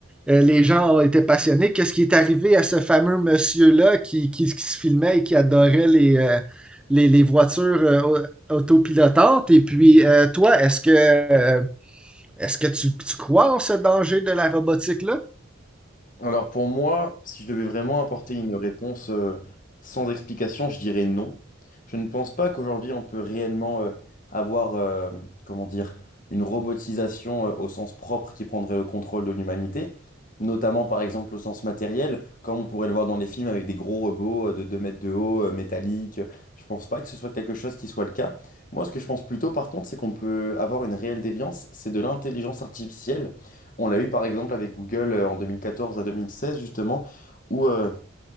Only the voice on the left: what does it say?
Alors pour moi, si je devais vraiment apporter une réponse euh, sans explication, je dirais non. Je ne pense pas qu'aujourd'hui on peut réellement euh, avoir, euh, comment dire, une robotisation euh, au sens propre qui prendrait le contrôle de l'humanité, notamment par exemple au sens matériel, comme on pourrait le voir dans les films avec des gros robots euh, de 2 mètres de haut, euh, métalliques. Je ne pense pas que ce soit quelque chose qui soit le cas. Moi, ce que je pense plutôt par contre, c'est qu'on peut avoir une réelle déviance, c'est de l'intelligence artificielle on l'a eu par exemple avec Google euh, en 2014 à 2016 justement, où euh,